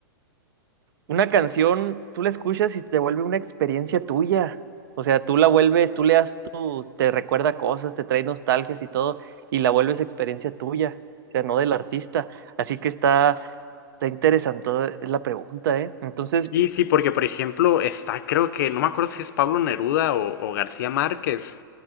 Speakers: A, on the right (about 70°); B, on the left (about 60°).
A: Una canción, tú la escuchas y te vuelve una experiencia tuya. O sea, tú la vuelves, tú le das tus, te recuerda cosas, te trae nostalgias y todo, y la vuelves experiencia tuya, o sea, no del artista. Así que está, está interesante es la pregunta, ¿eh? Entonces,
B: Sí, sí, porque por ejemplo está, creo que, no me acuerdo si es Pablo Neruda o, o García Márquez,